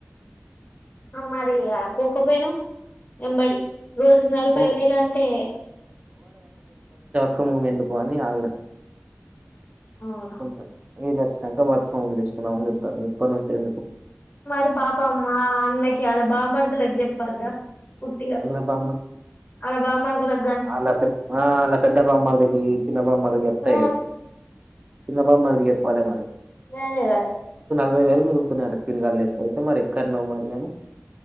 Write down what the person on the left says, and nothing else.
అ మరి ఇగ పోక పోయిన ఎంబడి రోజు నలభై
వేలు అంటే
అవునా
మరి పాపం మా అన్నకి అలా బామర్ధులకి చెప్పద్దా ఉట్టిగా
అలా బామర్ధులకి
ఆ
వెదేగద